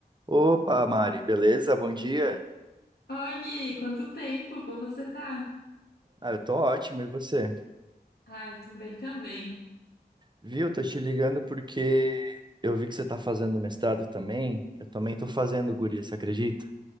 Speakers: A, on the right; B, on the left.
A: Opa, Mari, beleza? Bom dia.
B: Oi, Gui, quanto tempo? Como você tá?
A: Ah, eu tô ótimo, e você?
B: Ah, eu tô bem também.
A: Viu? Tô te ligando porque eu vi que você tá fazendo mestrado também. Eu também tô fazendo, guria, você acredita?